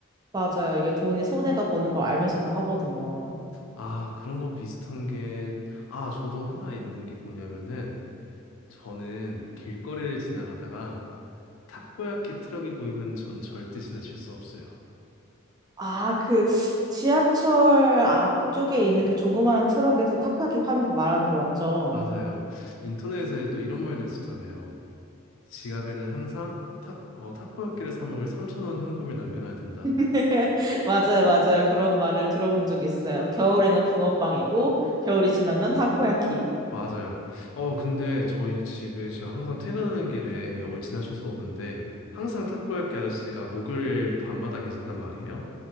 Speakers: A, on the right; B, on the left.
A: 맞아요. 이게 돈이 손해가 보는 걸 알면서도 하거든요.
B: 아, 그런 거 비슷한 게, 아, 저도 하나 있는 게 뭐냐면은 저는 길거리를 지나가다가 타코야키 트럭이 보이면 전 절대 지나칠 수 없어요.
A: 아, 그 지하철 앞쪽에 있는 그 조그마한 트럭에서 타코야키 파는 거 말하는 거 맞죠?
B: 맞아요. 인터넷에도 이런 말도 있었잖아요. 지갑에는 항상 타, 어, 타코야키를 사 먹을 3,000원 현금을 남겨놔야 된다.
A: <laughs> 맞아요, 맞아요. 그런 말을 들어본 적이 있어요. 겨울에는 붕어빵이고, 겨울이 지나면 타코야키.
B: 맞아요. 어, 근데 저희 집에 제가 항상 퇴근하는 길에 역을 지나쳐서 오는데 항상 탁구할게 아저씨가 목요일 밤마다 계신단 말이에요.